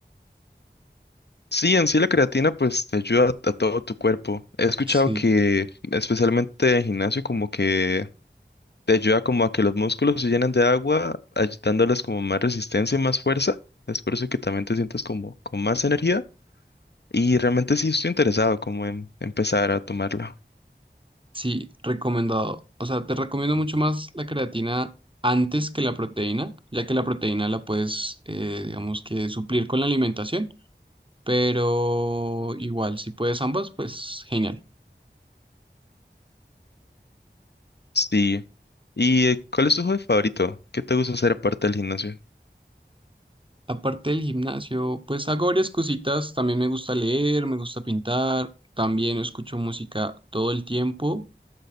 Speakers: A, on the left; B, on the right.
A: Sí, en sí la creatina pues te ayuda a todo tu cuerpo. He escuchado
B: Sí.
A: que especialmente en gimnasio como que te ayuda como a que los músculos se llenen de agua, ay- dándoles como más resistencia y más fuerza. Es por eso que también te sientes como con más energía. Y realmente sí estoy interesado como en empezar a tomarla.
B: Sí, recomendado. O sea, te recomiendo mucho más la creatina antes que la proteína, ya que la proteína la puedes, eh, digamos que suplir con la alimentación, pero igual, si puedes ambas, pues genial.
A: Sí. ¿Y eh, cuál es tu hobby favorito? ¿Qué te gusta hacer aparte del gimnasio?
B: Aparte del gimnasio, pues hago varias cositas. También me gusta leer, me gusta pintar, también escucho música todo el tiempo.